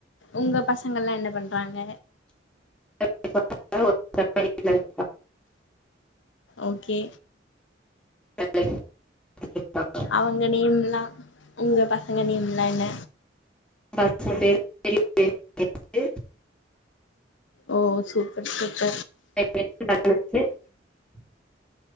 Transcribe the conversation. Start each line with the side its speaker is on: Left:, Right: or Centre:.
Left: உங்க பசங்கள்லா என்ன பண்றாங்க
Centre: <inaudible>
Left: ஓகே
Centre: <inaudible>
Left: அவங்க நேம்லா உங்க பசங்க நேம்லா என்ன
Centre: <inaudible>
Left: ஓ சூப்பர் சூப் க
Centre: <inaudible>